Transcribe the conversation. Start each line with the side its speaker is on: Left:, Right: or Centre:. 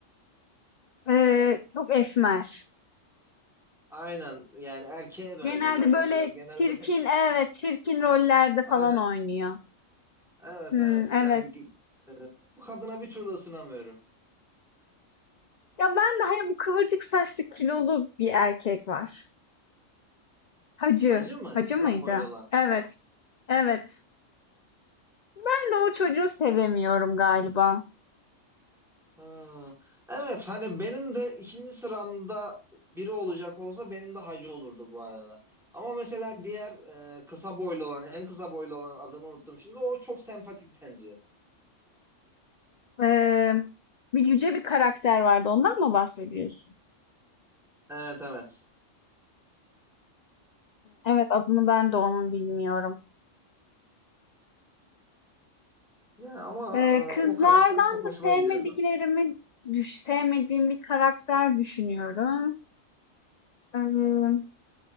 Left: Eee, çok esmer.
Centre: Aynen yani erkeğe benziyor
Left: Genelde
Centre: zaten
Left: böyle
Centre: biraz genelde.
Left: çirkin,
Centre: <laughs>
Left: evet, çirkin rollerde
Centre: Aynen
Left: falan oynuyor.
Centre: evet
Left: Hımm,
Centre: evet
Left: evet.
Centre: yani g- bu kadına bir türlü ısınamıyorum.
Left: Ya ben de hani bu kıvırcık saçlı kilolu bir erkek var. Hacı.
Centre: Hacı mı?
Left: Hacı
Centre: Kısa
Left: mıydı?
Centre: boylu olan.
Left: Evet, evet. Ben de o çocuğu sevemiyorum galiba.
Centre: Hmm. Evet hani benim de ikinci sıramda biri olacak olsa benim de hacı olurdu bu arada. Ama mesela diğer e, kısa boylu olan en kısa boylu olan adını unuttum şimdi o çok sempatik bence.
Left: Eee, bir yüce bir karakter vardı. Ondan mı bahsediyorsun?
Centre: Evet evet.
Left: Evet, adını ben de onun bilmiyorum.
Centre: Yani ama e,
Left: Eee, kızlardan
Centre: o karakter çok hoşuma
Left: da sevmediklerimi,
Centre: gidiyordu.
Left: düş sevmediğim bir karakter düşünüyorum. Ee,